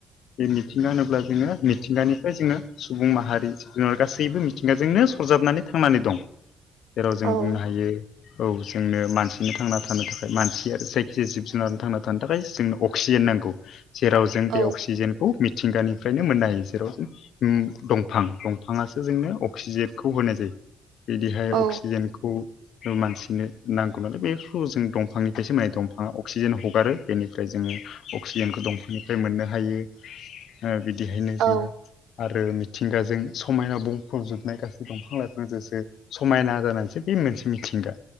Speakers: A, on the left; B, on the right.
A: बे मिथिंगा होनोब्ला जोङो मिथिंगानिफ्राय जोङो सुबुं माहारि जिब जुनार गासैबो मिथिंगाजोंनो सरजाबनानै थांनानै दं जेराव
B: औ
A: जों बुंनो हायो औ जोंनो मानसिनो थांना थानो थाखाय मानसिया जायखिजाया जिब जुनार थांना थानो थाखाय जोंनो अ अक्सिजेन नांगौ जेराव जों
B: औ
A: बे अक्सिजेनखौ मिथिंगानिफ्रायनो मोननो हायो जेराव जों उम दंफां दंफाङासो जोंनो अक्सिजेनखौ होनाय जायो बिदिहाय
B: औ
A: अक्सिजेनखौ मानसिनो नांगौ नालाय बेखौ जों दंफांनिफ्रायसो माने दंफाङा अक्सिजेन हगारो बेनिफ्राय जोङो अक्सिजेनखौ दंफांनिफ्राय मोननो हायो बिदिहायनो
B: औ
A: जोङो आरो मिथिंगाजों समायना बुंफबजोबनाय गासै दंफां लाइफांजोंसो समायना जानानैसो बे मोनसे मिथिंगा